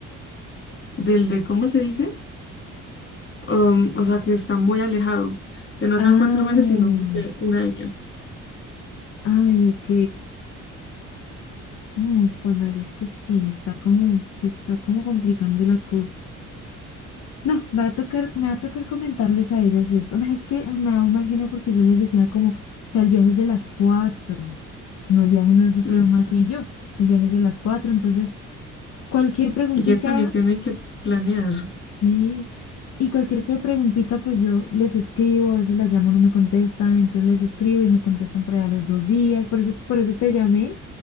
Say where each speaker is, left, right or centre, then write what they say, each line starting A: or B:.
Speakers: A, on the left (about 40°); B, on the left (about 60°).
A: del de, ¿cómo se dice? Um, o sea, que está muy alejado, que no
B: ah,
A: sean cuatro meses, sino, no sé, un año.
B: ay, ok. Mm, pues madre, es que sí, está como, se está como complicando la cosa. No, me va a tocar, me va a tocar comentarles a ellas esto. <laughs> No, es que me da un mal genio porque yo les decía como, o sea, el viaje es de las cuatro. No, el viaje no es de solo
A: Ujú.
B: Mafe y yo, el viaje es de las cuatro. Entonces, cualquier preguntita,
A: Y ellas también tienen que planear.
B: sí. Y cualquier que preguntita, pues yo les escribo, a veces las llamo, no me contestan, entonces les escribo y me contestan para allá los dos días. Por eso, por eso te llamé